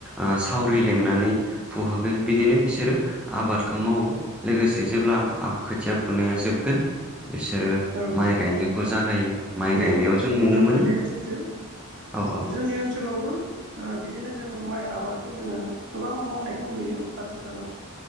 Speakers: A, in the centre; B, on the right (about 60°).
A: ओ सावरि लिंनानै फुहोगोन बिदिनो बिसोरो आबादखौ मावो। लोगोसे जेब्ला आ खोथिया फुनाया जोबगोन बिसोरो ओ
B: औ
A: माइ गायनायखौ जागायो। माइ
B: नंगौ
A: गायनायाव जों
B: नोंथां
A: नुनो मोनो
B: बुंनाया सैथो
A: औ
B: जोंनि ओनसोलावबो बिदिनो जों माइ आबादखौ जोङो गोबां मावनायखौ नुयो आथिखालाव